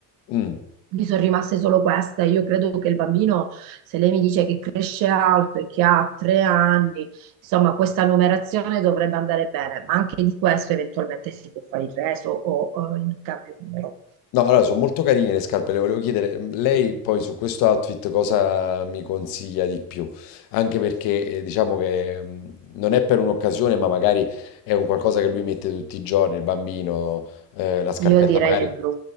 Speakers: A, on the left; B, on the right.
A: Mm.
B: Mi sono rimaste solo queste. Io credo che il bambino, se lei mi dice che cresce alto e che ha tre anni, insomma, questa numerazione dovrebbe andare bene, ma anche di questo eventualmente si può fare il reso o, o il cambio numero.
A: No, allora sono molto carine le scarpe, le volevo chiedere, mm, lei poi su questo outfit cosa mi consiglia di più? Anche perché eh, diciamo che mm, non è per un'occasione, ma magari è un qualcosa che lui mette tutti i giorni, il bambino, eh, la scarpetta
B: Io direi
A: Esatto. magari,
B: le blu.